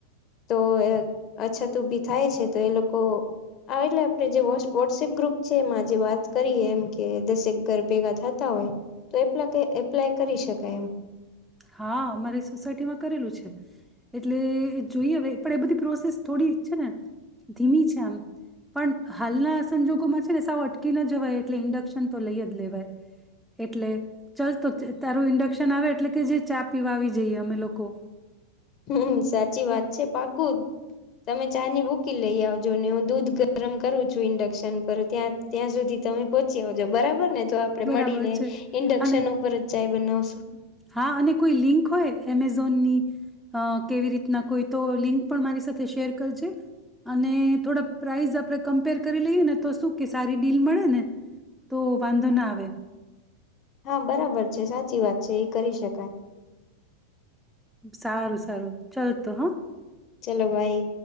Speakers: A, on the left; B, in the centre.
A: તો અહ અછત ઉભી થાય છે તો એ લોકો આ એટલે આપણે જે વોટ્સએપ ગ્રુપ છે એમાં જે વાત કરીએ એમ કે દસેક ઘર ભેગા થાત તા હોય તો એપ્લાકે એપ્લાય કરી શકાય એમ.
B: હા અમારે સોસાયટીમાં કરેલું છે એટલે જોઈએ હવે પણ એ બધી પ્રોસેસ થોડી છે ને ધીમી છે આમ પણ હાલના સંજોગોમાં છે ને સાવ અટકી ના જવાય એટલે ઇન્ડક્શન તો લઈ જ લેવાય એટલે ચાલ તો તારું ઇન્ડક્શન આવે એટલે કે જે. ચા પીવા આવી જઈએ અમે લોકો.
A: હમ્મ સાચી વાત છે પાકું તમે ચા ની ભૂકી લઈ આવજો ને હું દૂધ ગરમ કરું છું ઇન્ડક્શન પર ત્યાં ત્યાં સુધી તમે પહોંચી આવજો બરાબર ને. તો આપડે
B: બરાબર
A: મળીને
B: છે
A: ઇન્ડક્શન
B: અને
A: ઉપર જ ચાય બનાવશું
B: હા અને કોઈ લિંક હોય એમેઝોનની અ કેવી રીતના કોઈ તો લિંક પણ મારી સાથે શેર કરજે અને થોડા પ્રાઇસ આપણે કમ્પેર કરી લઈએ ને તો શું કે સારી ડીલ મળે ને તો વાંધો ના આવે. વે.
A: હા બરાબર છે સાચી વાત છે એ કરી શકાય.
B: સારું સારું ચાલ તો હ.
A: ચલો બાય.